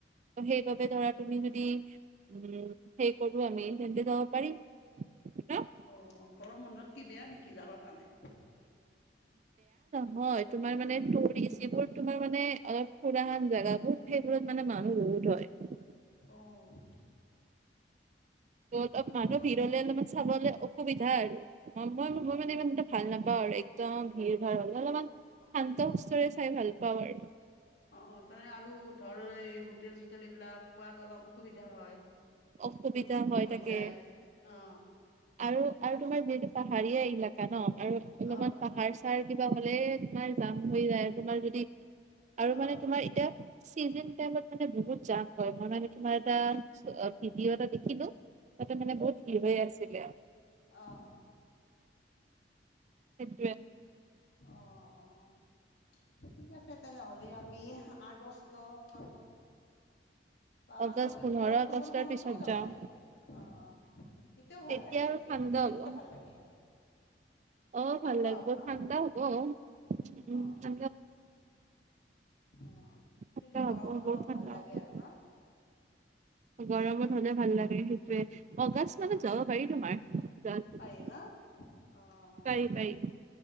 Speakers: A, on the right; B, on the left.
A: সেইবাবে
B: অ
A: ধৰা, তুমি যদি উম, সেইয়েই কৰো আমি, তেন্তে যাব পাৰি ন'।
B: অ', গৰম বন্ধত কি বেয়া নেকি যাবৰ কাৰণে?
A: হয়, তোমাৰ মানে টুৰিষ্ট যিবোৰ, তোমাৰ মানে অলপ খুৰাহান জোগাবোৰ সেইবোৰত মানে মানুহ <unintelligible> হয়।
B: অ'।
A: ত' অলপ
B: কিন্তু
A: মানুহ ভিৰহ'লে অলপমান চাবলৈ অসুবিধা আৰু। মই,
B: অ
A: মই মানে ইমান এটা ভাল নাপ পাওঁ আৰু একদম ভিৰ ভাৰ হ'লে, অলপমান শান্ত
B: অ
A: সুস্থৰে চাই ভাল পাওঁ আৰু।
B: অ তান আৰু ধৰ এই হোটেল চোটেল এইবিলাক পোৱাৰ অলপ অসুবিধা হয়
A: অসুবিধা
B: চ বুকিং
A: হয়
B: হৈ
A: তাকে
B: যায় অ
A: আৰু আৰু তোমাৰ যিহেতু পাহাৰীয়া ইলাকা ন আৰু অলপমান
B: অ
A: পাহাৰ চাৰ কিবা হলে তোমাৰ জাম হৈ যায় তোমাৰ যদি আৰু
B: অ
A: মানে তোমাৰ এতিয়া চিজন টাইমত মানে বহুত জ হয় মই মানে তোমাৰ এটা ভিডিঅ' এটা দেখিলো মতে মানে বহুত কি হৈ আছিলিলে
B: আহ
A: খেত
B: অঁ অঁ ঠিক আছে তেনেহলে আমি আগষ্ট মানত বা
A: অগষ্ট
B: নৱেম্বৰ
A: পোন্ধৰ
B: অক্টোবৰ
A: আগষ্টৰ
B: মানতও
A: পিছত
B: যাব
A: যাম
B: পাৰিল অ তেতিয়াও
A: তেতিয়া
B: ভাল লাগে
A: আৰু
B: সেইটো
A: ঠাণ্ডা
B: ি জিলোত
A: হ'ব
B: ভাল লাগে
A: অ
B: ঠাণ্ডা
A: ভাল লাগিব
B: হ'ব ন
A: ঠাণ্ডা হ'ব অ উম
B: অ
A: ঠ্া
B: অ
A: ঠাণ্ডা
B: কিন্তু
A: হ'ব
B: গৰমত
A: বহুত
B: অলপ
A: ঠাণ্ডা
B: ভাল লাগে
A: হ'ব
B: আৰু না
A: গৰমত হ'লে ভাল লাগে সেইটোয়ে অগষ্ট মানত
B: অ',
A: যাব পাৰিলো মাৰ্চ
B: পাৰি ন? অ',
A: পাৰি পাৰি